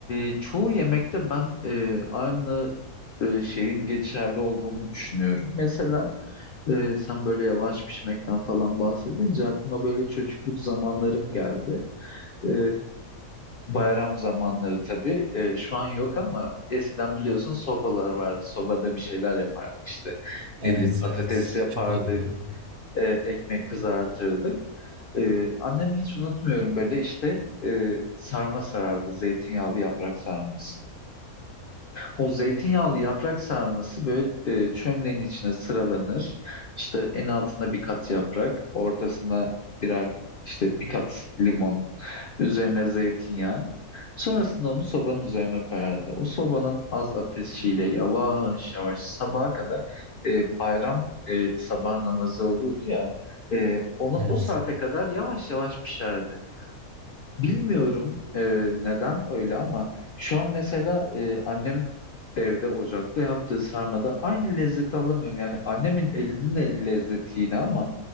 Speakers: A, on the left (about 75°); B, on the right (about 80°).
A: e, çoğu yemekte ben e, aynı e, şeyin geçerli olduğunu düşünüyorum. Mesela e, sen böyle yavaş pişmekten falan bahsedince aklıma böyle çocukluk zamanlarım geldi. E, bayram zamanları tabii. E, şu an yok ama eskiden biliyorsun sobalar vardı. Sobada bir şeyler yapardık işte.
B: Evet
A: Ne bileyim patates
B: evet
A: yapardık,
B: çok iyi biliyorum.
A: e, ekmek kızartırdık. Ee, annem hiç unutmuyorum böyle işte e, sarma sarardı, zeytinyağlı yaprak sarması. O zeytinyağlı yaprak sarması böyle e, çömlenin içine sıralanır. İşte en altında bir kat yaprak, ortasına birer işte bir kat limon, üzerine zeytinyağı. Sonrasında onu sobanın üzerine koyardı. O sobanın az ateşiyle yavaş yavaş sabaha kadar e, bayram e, sabah namazı olurdu ya. e, ona
B: Evet.
A: o saate kadar yavaş yavaş pişerdi. Bilmiyorum e, neden öyle ama şu an mesela e, annem evde ocakta yaptığı sarmada aynı lezzeti alamıyorum. Yani annemin elinin le- lezzeti yine ama